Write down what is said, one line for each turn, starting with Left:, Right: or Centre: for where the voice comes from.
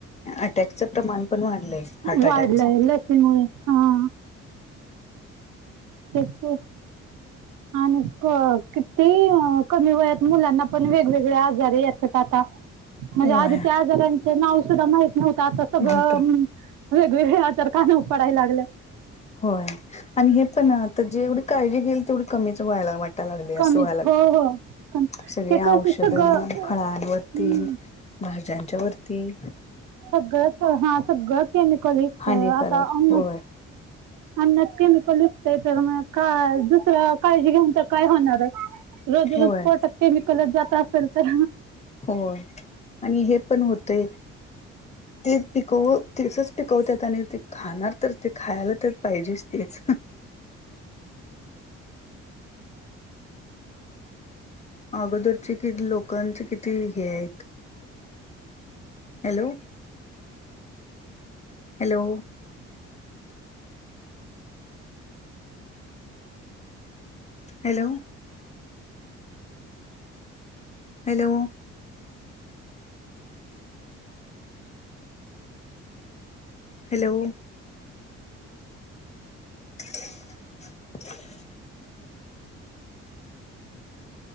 Left: अटॅकचं प्रमाण पण वाढलंय हार्ट
Right: वाढलाय
Left: अटॅकच.
Right: लसीमुळे हा. तेच की. आणि क किती कमी वयात मुलांना पण वेगवेगळे आजार येतात आता. म्हणजे
Left: होय
Right: आधी त्या आजारांच नाव सुद्धा माहित नव्हत. आता
Left: नव्हतं
Right: सगळं वेगवेगळे आजार कानावर पडायला लागलेत.
Left: होय आणि हे पण आता जेवढे काळजी घेईल तेवढी कमीच व्हायला वाटायला लागले
Right: कमीच
Left: असं व्हायला लागलंय.
Right: हो हो कम-
Left: सगळे
Right: ते कस
Left: औषधं
Right: सगळं
Left: फळांवरती
Right: हम्म
Left: भाज्यांच्या वरती
Right: सगळंच हा सगळं केमिकलयुक्त
Left: हानिकारक
Right: आता ह
Left: होय
Right: अन्नात केमिकल विकत तर मग का दुसर काळजी घेऊन तरी काय होणार आहे. रोज
Left: होय
Right: रोज पोटात केमिकलच जात असेल तर,
Left: होय आणि हे पण होतय. ते पिकव तसच पिकवतात आणि ते. खाणार तर ते खायला तर पाहिजेच तेच. अगोदरचे किती लोकांचे किती हे आहेत. Hello, hello, hello, hello, hello, <unintelligible>